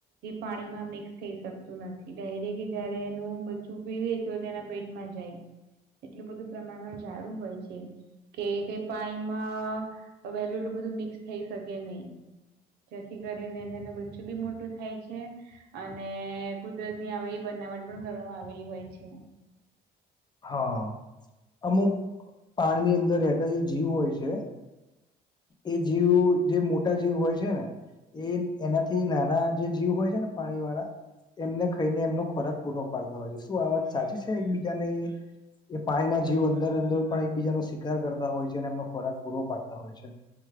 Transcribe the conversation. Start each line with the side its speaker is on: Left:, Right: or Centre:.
Right: પાણીમાં મિક્સ થઈ શકતું નથી ડાયરેક્ટ જયારે એનું બચું પીવે. તો તેના પેટમાં જાય એટલું બધું પ્રમાણમાં ઝાડુ હોય છે. કે કઈ પાણીમાં વહેલું એટલું બધું મિક્સ થઈ શકે નહી. જેથી કરીને તેનું બચ્ચું બી મોટું થાય છે. અને કુદરતની આવે બનાવટ પણ કરવામાં આવેલી હોય છે.
Left: હા અમુક પાણીની અંદર રહેતા જે જીવ હોય છે. એ જીવ જે મોટા જીવ હોય છે ને એ એનાથી નાના જે જીવ હોય છે ને પાણીવાળા એમને ખાઈને એમનો ખોરાક પૂરો પાડતો હોય છે શું આ વાત સાચી છે એકબીજાને એ પાણી ના જીવ અંદર અંદર પણ એકબીજાનો શિકાર કરતા હોય છે અને એમનો ખોરાક પૂરો પાડતા હોય છે.